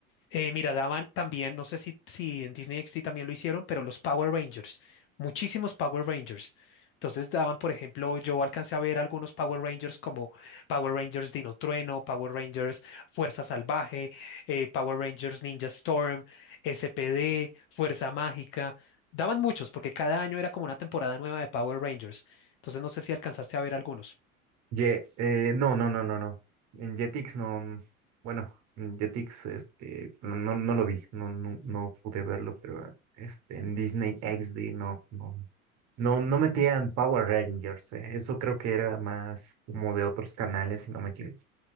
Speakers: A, on the left (about 30°); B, on the right (about 40°).
A: Eh, mira, daban también, no sé si, si en Disney XD también lo hicieron, pero los Power Rangers, muchísimos Power Rangers. Entonces daban, por ejemplo, yo alcancé a ver algunos Power Rangers como Power Rangers Dino Trueno, Power Rangers Fuerza Salvaje, eh, Power Rangers Ninja Storm, SPD, Fuerza Mágica. Daban muchos porque cada año era como una temporada nueva de Power Rangers. Entonces no sé si alcanzaste a ver algunos.
B: Ye, eh, no, no, no, no, no. En Jetix no, n- bueno, en Jetix este, no, no, no lo vi, no, no, no pude verlo, pero este, en Disney XD no, no, No, no metían Power Rangers, eh, Eso creo que era más como de otros canales, si no me equivoco.